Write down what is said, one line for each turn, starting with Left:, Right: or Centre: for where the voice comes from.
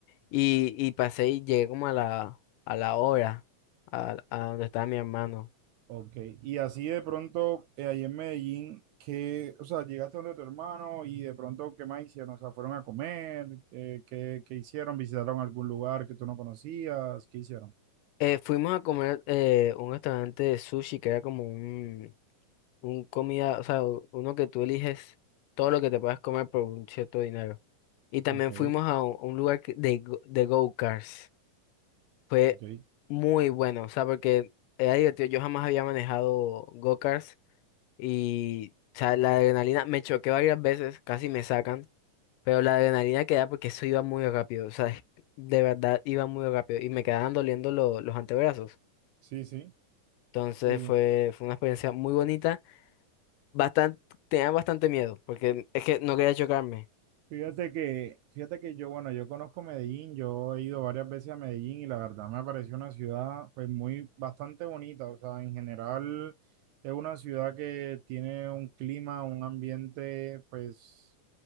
Left: Y, y pasé y llegué como a la, a la hora, a, a donde estaba mi hermano.
Right: Ok, y así de pronto, eh, ahí en Medellín, qué, o sea, llegaste donde tu hermano y de pronto, ¿qué más hicieron? O sea, ¿fueron a comer? Eh, ¿qué, qué hicieron? ¿Visitaron algún lugar que tú no conocías? ¿Qué hicieron?
Left: Eh, fuimos a comer eh, un restaurante de sushi que era como un, un comida, o sea, u- uno que tú eliges todo lo que te puedas comer por un cierto dinero. Y también
Right: Ok,
Left: fuimos a un, un lugar que- de, go- de go-karts. Fue
Right: ok.
Left: muy bueno, o sea, porque era divertido. Yo jamás había manejado go-karts y, o sea, la adrenalina me choqué varias veces, casi me sacan, pero la adrenalina que da porque eso iba muy rápido, o sea, es- de verdad iba muy rápido y me quedaban doliendo lo- los antebrazos.
Right: Sí, sí,
Left: Entonces
Right: sí, sí.
Left: fue, fue una experiencia muy bonita. Bastante, tenía bastante miedo porque es que no quería chocarme.
Right: Fíjate que, fíjate que yo, bueno, yo conozco Medellín, yo he ido varias veces a Medellín y la verdad me pareció una ciudad pues muy bastante bonita, o sea, en general es una ciudad que tiene un clima, un ambiente pues